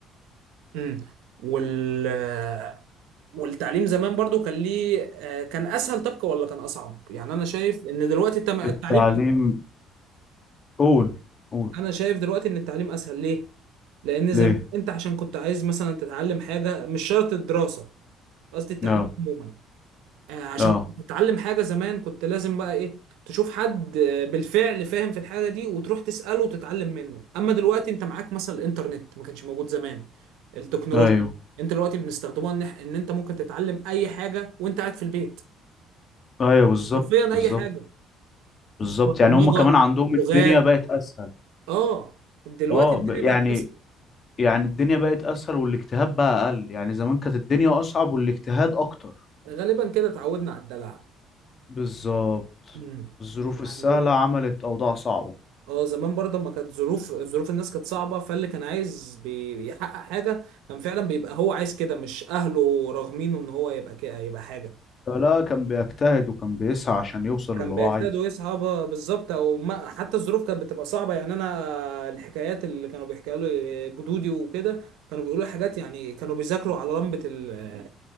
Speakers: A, on the right; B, on the left.
A: امم وال آه، والتعليم زمان برضو كان ليه آه، كان اسهل طبقة ولا كان اصعب يعني انا شايف ان دلوقتي التم- التعليم
B: التعليم قول قول
A: انا شايف دلوقتي ان التعليم اسهل ليه لان زمان
B: ليه
A: انت عشان كنت عايز مثلا تتعلم حاجة مش شرط الدراسة قصدي التعليم
B: اه
A: عموما آه، عشان
B: اه
A: كنت تتعلم حاجة زمان كنت لازم بقى ايه تشوف حد آه، بالفعل فاهم في الحاجة دي وتروح تسأله وتتعلم منه اما دلوقتي انت معاك مثلا الانترنت ما كانش موجود زمان التكنولوجيا
B: ايوه
A: انت دلوقتي بنستخدمها ان إح- إن انت ممكن تتعلم اي حاجة وانت قاعد في البيت
B: ايوه بالظبط
A: حرفيا
B: بالظبط
A: اي حاجة
B: بالظبط
A: برمجة
B: يعني هم كمان عندهم الدنيا
A: لغات
B: بقت اسهل
A: اه دلوقتي
B: اه
A: الدنيا
B: ب- يعني
A: بقت بس
B: يعني الدنيا بقت اسهل والاجتهاد بقى اقل يعني زمان كانت الدنيا اصعب والاجتهاد اكتر
A: غالبا كده اتعودنا على الدلع
B: بالظبط
A: <clears throat>
B: الظروف
A: يعني
B: السهلة عملت اوضاع صعبة
A: اه زمان برضه ما كانت ظروف ظروف الناس كانت صعبة فاللي كان عايز بي- بيحقق حاجة كان فعلا بيبقى هو عايز كده مش أهله راغمينه إن هو يبقى كده يبقى حاجة
B: فلا كان بيجتهد وكان بيسعى عشان يوصل اللي
A: كان بيجتهد
B: هو عايزه
A: ويسعى ب- بالظبط أو ما حتى الظروف كانت بتبقى صعبة يعني أنا الحكايات اللي كانوا بيحكيها لي جدودي وكده كانوا بيقولوا حاجات يعني كانوا بيذاكروا على لمبة ال...